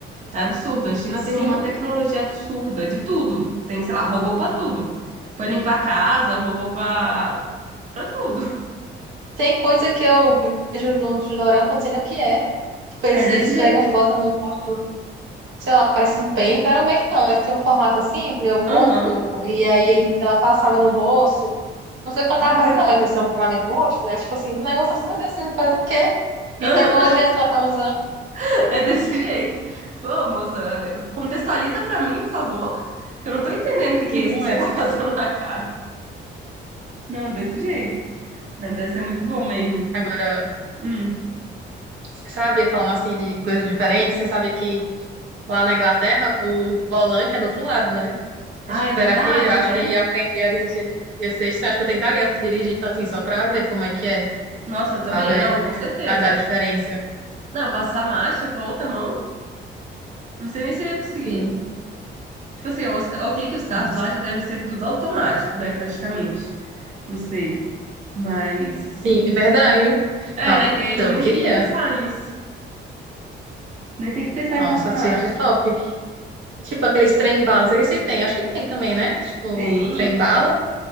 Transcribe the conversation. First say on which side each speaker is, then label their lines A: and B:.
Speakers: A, on the right; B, on the right.
A: É absurdo. A China
B: Sim,
A: tem uma tecnologia absurda de tudo. Tem, sei lá, robô pra tudo. Pra limpar a casa, robô pra, pra tudo.
B: tem coisa que eu vejo nos doramas, não sei nem o que é. Tipo, eles,
A: É desse
B: eles
A: jeito.
B: pegam, botam no rosto, sei lá, parece um pente, era um pente não, eles tinham um formato assim, meio côncavo,
A: Aham.
B: e aí ele, ela passava no rosto. Não sei o que ela
A: Ah,
B: tava fazendo, não, mas eles são um formato no rosto, né? Tipo assim, um negócio assim, meu Deus, você tá fazendo o quê? E
A: aham,
B: tecnologias que ela tá usando.
A: <laughs> é desse jeito. Tipo, ô, moça, contextualiza pra mim, por favor, que eu não tô entendendo o que que
B: Não
A: é isso que você
B: é.
A: tá <laughs> passando na cara. Não, desse jeito. Né, Deve ser muito bom mesmo.
B: Agora.
A: Hum.
B: Você sabia, falando assim de coisas diferentes, você sabia que lá na Inglaterra o volante é do outro lado, né? Mas,
A: Ah,
B: tipo,
A: é
B: Será
A: verdade,
B: que acho
A: né?
B: que aprender a dirigir ia ser estranho? Acho que eu tentaria dirigir tanto assim, só pra ver como é que é,
A: Nossa, eu também?
B: sabe? É,
A: Não, com certeza.
B: Cada a diferença.
A: Não, passar a marcha com a outra mão, não sei nem se eu ia conseguir.
B: Sim,
A: Tipo assim, os, ca- ok que os carros
B: nossa.
A: lá já devem ser tudo automático, né, praticamente. Não sei. Mas,
B: Sim, é verdade.
A: é,
B: Nossa,
A: né, que eles
B: eu
A: nem
B: queria.
A: têm que pensar nisso. Nem tem que pensar
B: Nossa,
A: em passar marcha.
B: se é top. Tipo, aqueles trem-bala, não sei se tem, acho que tem também, né? Tipo,
A: Tem,
B: trem-bala.